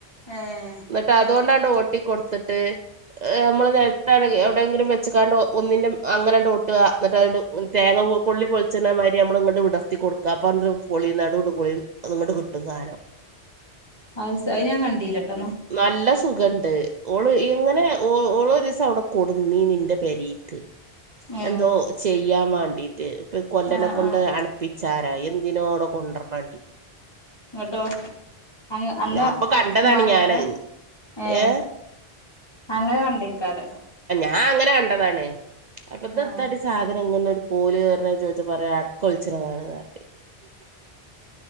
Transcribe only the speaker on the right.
എന്നിട്ട് അതുകൊണ്ടാണ്ട് ഓട്ടി കൊടുത്തിട്ട് നമ്മള്ത്ത എവിടെിലും വെച്ചാണ്ട് ഒന്നിന്റെറെ അങ്ങനെണ്ട് ഒട്ടുക എന്നിട്ട് തേങ്ങ കൊിൊിച്ചിരുന്ന മാതിരി നമ്മൾ ഇങ്ങോട്ട് വിടർത്തി കൊടുക്കാപ്പ പൊളി നടണ്ട് പൊളി അങ്ങട്ട് കിട്ടും സാനം
നല്ല സുഖണ്ട് ഓള് എങ്ങനെഓ ഓരോ ദിവസം അവിടെ കൊടുുന്നീ നിന്റെ പരിക്ക്
എന്തോ ചെയ്യാൻ വേണ്ടീട്ട് ഇപ്പൊ കൊല്ലനെ
കൊണ്ട്
അണപ്പി ചാരാ എന്തിനോട് കൊണ്ടരണണ്ടി
അപ്പൊ കണ്ടതാണ്
ഞാനത്
ഏഹ്
ആഹ അങ്ങനെ കണ്ടതാണ് അപ്പൊ ദത്ത
അടി സാധനംങ്ങനെ കൂല കറണ ചോദിച്ച പറയാ അടക്കൊളിച്ചതാണ് നാട്ട